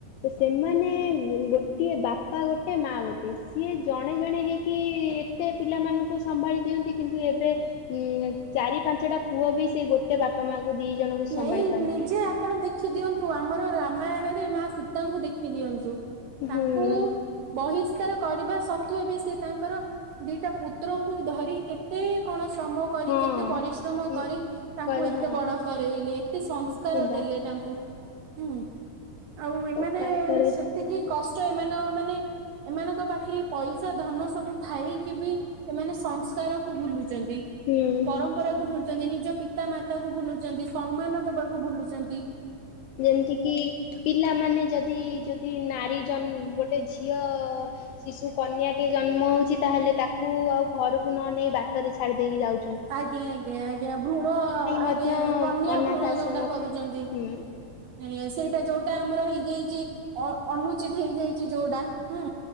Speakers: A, on the left (about 75°); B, on the right (about 70°).
A: ତ ସେମାନେ ଗୋଟିଏ ବାପା ଗୋଟେ ମା ଗୋଟେ ସିଏ ଜଣେ ଜଣେ ହେଇକି ଟେ ପିଲାମାନଙ୍କୁ ସମ୍ଭାଳି ଦିଅନ୍ତି କିନ୍ତୁ ଏବେ ଉଁ, ଏ ଚାରି ପାଞ୍ଚଟା ପୁଅ ବି ସେ ଗୋ ଟେ ବାପା ମାଙ୍କୁ ଦି ଜଣଙ୍କୁ
B: ଏଇ
A: ସମ୍ଭାଳି ପାରୁନାହାନ୍ତି।
B: ନିଜେ ଆପଣ ଦେଖି ଦିଅନ୍ତୁ ଆମର ରାମାୟଣ ରେ ମା ସୀତାଙ୍କୁ ଦେଖି ଦିଅନ୍ତୁ। ତାଙ୍କୁ
A: ହୁଁ
B: ବହିଷ୍କାର କରିବା ସତ୍ତ୍ବେ ବି ସେ ତାଙ୍କର ଦିଟା ପୁତ୍ରଙ୍କୁ ଧରି କେତେ କଣ ଶ୍ରମ କରି
A: ହଁ
B: କେତେ ପରିଶ୍ରମ କରି ତାଙ୍କୁ
A: କରି
B: ଏତେ
A: ହଁ
B: ବଡ଼ କରେଇଲେ, ଏତେ ସଂସ୍କାର
A: ନିଶ୍ଚିନ୍ତ।
B: ଦେଲେ ତାଙ୍କୁ ହୁଁ ଆଉ ଏମାନେ
A: ତାପରେ
B: ସେତିକି କଷ୍ଟ ଏମାନେ ଓ ମାନେ ଏମାନଙ୍କ ପାଖରେ ପଇସା ଧନ ସବୁ ଥାଇକି ବି ଏମାନେ ସଂସ୍କାର କୁ ଭୁଲୁଚନ୍ତି।
A: ହଁ।
B: ପରମ୍ପରା କୁ ଭୁଲୁଚନ୍ତି, ନିଜ ପିତା ମାତା କୁ ଭୁଲୁଛନ୍ତି, ସମ୍ମାନ ଦବାକୁ ଭୁଲୁଛନ୍ତି।
A: ଯେମିତି କିି ପିଲାମାନେ ଯଦି ଯଦି ନାରୀ ଜନ ଗୋଟେ ଝିଅ ଶିଶୁ କନ୍ୟାଟିଏ ଜନ୍ମ ହଉଛି ତାହାଲେ ତାକୁ ଆଉ ଘରକୁ ନ ନେଇ ବାଟ ରେ ଛାଡି ଦେଇକି ଯାଉଛନ୍
B: ଆଜ୍ଞା, ଆଜ୍ଞା, ଆଜ୍ଞା, ଭୃଣ ଆଜ୍ଞା
A: ମଧ୍ୟ
B: କନ୍ୟା
A: ଅନାଥ
B: ଭୃଣ
A: ଆଶ୍ରମ
B: ଯୋଉଟା କରୁଚନ୍ତି।
A: ହୁଁ
B: ଏଇଆ ସେଇଟା ଯୋଉଟା ଆମର ହେଇଯାଇଚି। ଅ- ଅନୁଚିତ ହେଇଯାଇଛି ଯୋଉଟା ହୁଁ,